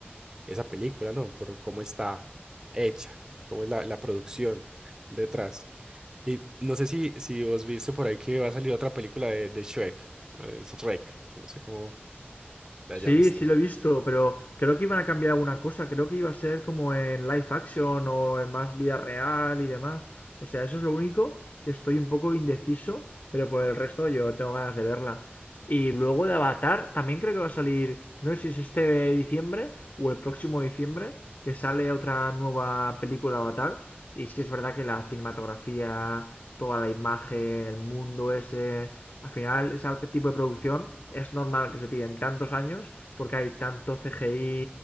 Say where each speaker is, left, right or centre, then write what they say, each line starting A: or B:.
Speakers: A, on the right (about 15°); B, on the left (about 55°).
A: esa película, ¿no? Por cómo está hecha, cómo es la, la producción detrás. Y no sé si, si vos viste por ahí que va a salir otra película de, de Shrek, eh, es Shrek, no sé cómo la
B: Sí,
A: llames
B: sí
A: tú.
B: lo he visto, pero creo que iban a cambiar alguna cosa. Creo que iba a ser como en live action o en más vida real y demás. O sea, eso es lo único que estoy un poco indeciso, pero por el resto yo tengo ganas de verla. Y luego de Avatar, también creo que va a salir, no sé si es este diciembre o el próximo diciembre, que sale otra nueva película de Avatar. Y sí es verdad que la cinematografía, toda la imagen, el mundo ese, al final ese tipo de producción es normal que se tiren tantos años porque hay tanto CGI,